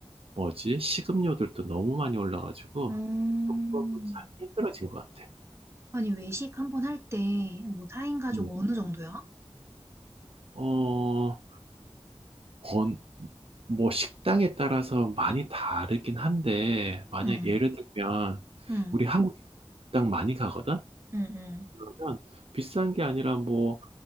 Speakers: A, on the right; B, on the right.
A: 뭐지? 식음료들도 너무 많이 올라가지고
B: 음.
A: 조금 살기 힘들어진 것 같아.
B: 아니, 외식 한 번 할 때, 뭐, 4인 가족
A: 음,
B: 어느 정도야?
A: 어, 번, 뭐 식당에 따라서 많이 다르긴 한데 만약
B: 음,
A: 예를 들면
B: 음,
A: 우리 한국 식당 많이 가거든?
B: 음, 음,
A: 그러면 비싼 게 아니라 뭐,